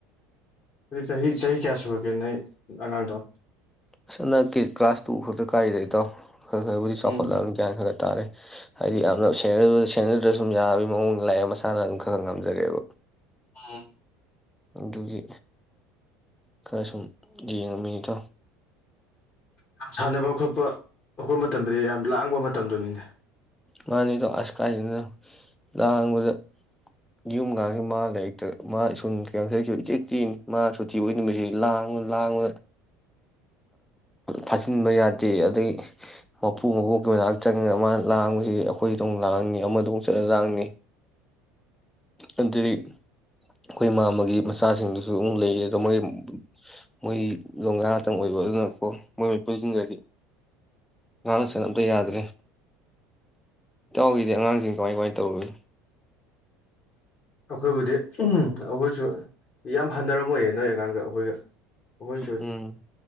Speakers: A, on the left; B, in the centre.
A: ꯆꯍꯤ ꯆꯍꯤ ꯀꯌꯥꯁꯨꯒꯦ ꯅ ꯑꯂꯗꯣ
B: ꯑꯁ ꯍꯟ ꯅꯛꯀꯤ ꯀ꯭ꯂꯥꯁ ꯇꯨ ꯈꯛꯇ ꯀꯥꯔꯤꯗꯩ ꯇꯥꯎ ꯍ ꯍꯣꯏꯕꯨꯗꯤ ꯁꯜꯂ
A: ꯎꯝ
B: ꯑꯃ ꯌꯥꯌꯥꯅꯗꯦ ꯇꯥꯔꯦ ꯍꯥꯏꯗꯤ ꯌꯥꯝꯅ ꯁꯦꯟꯅꯗ꯭ꯔ ꯁꯨꯝ ꯌꯥꯕꯒꯤ ꯃꯑꯣꯡꯗ ꯂꯥꯏꯔꯤꯛꯡ ꯃꯁꯥꯅ ꯑꯗꯨꯝ ꯈꯔ ꯈ ꯉꯝꯖꯔꯛꯑꯦꯕ
A: ꯑꯥ
B: ꯑꯗꯨꯒꯤ ꯈꯔ ꯁꯨꯝ ꯌꯦꯡꯉꯝꯃꯤꯅꯤꯗꯣ
A: ꯌꯥꯝ ꯁꯥꯟꯅꯕ ꯈꯣꯠꯄ ꯈꯣꯠꯄ ꯃꯇꯝꯗꯗꯤ ꯌꯥꯝ ꯂꯥꯡꯕ ꯃꯇꯝꯗꯨꯅꯤꯅꯦ
B: ꯃꯥꯅꯤꯗꯣ ꯑꯁ ꯀꯥꯏꯗꯗꯅ ꯂꯥꯡꯕꯗ ꯌꯨꯝꯒꯁꯨ ꯃꯥ ꯂꯩꯔꯤꯛꯇ ꯃꯥ ꯏꯁꯟ ꯀꯩꯁꯁꯨ ꯏꯆꯦ ꯇꯦꯅꯤ ꯃꯥ ꯁꯨꯇꯤ ꯑꯣꯏꯅꯤꯡꯕꯕꯁꯤ ꯂꯥꯡꯕ ꯂꯥꯡꯕꯗ ꯐꯥꯖꯤꯟꯕ ꯌꯥꯗꯦ ꯑꯗꯩ ꯃꯄꯨ ꯃꯄꯣꯛꯀꯤ ꯑꯣꯏꯅꯅꯥ ꯆꯪꯉꯒ ꯃꯥꯅ ꯂꯥꯡꯕꯁꯤ ꯑꯩꯈꯣꯏꯗꯧꯛ ꯂꯥꯡꯅꯤ ꯑꯃꯗꯧ ꯑꯃꯛ ꯆꯠꯂ ꯂꯥꯡꯅꯤ ꯑꯗꯨꯗꯤ ꯑꯩꯈꯣꯏ ꯏꯃꯥ ꯑꯃꯒꯤꯒꯤ ꯃꯆꯥꯁꯤꯡꯗꯨꯁꯨ ꯑꯃꯨꯛ ꯂꯩꯌꯦ ꯑꯗꯣ ꯃꯣꯏ ꯃꯣꯏꯗꯣ ꯉꯥꯛꯇꯪ ꯑꯣꯏꯕ ꯑꯗꯨꯅꯀꯣ ꯃꯣꯏ ꯃꯄꯨꯁꯤꯡꯗꯗꯤ ꯉꯥꯡꯅ ꯁꯠ ꯑꯝꯇ ꯌꯥꯗ꯭ꯔꯦ ꯏꯇꯥꯎꯒꯤꯗꯤ ꯑꯉꯥꯡꯁꯤꯡ ꯀꯃꯥꯏ ꯀꯃꯥꯏ ꯇꯧꯔꯨꯏ
A: ꯑꯩꯈꯣꯏꯕꯨꯗꯤ ꯑꯩꯈꯣꯏꯁꯨ ꯌꯥꯝ ꯍꯟꯅꯔꯝꯣꯏꯌꯦ ꯅꯣꯏ ꯑꯉꯥꯡꯒ ꯑꯩꯈꯣꯏꯒ ꯍꯣꯏ ꯁꯣꯏ
B: ꯎꯝ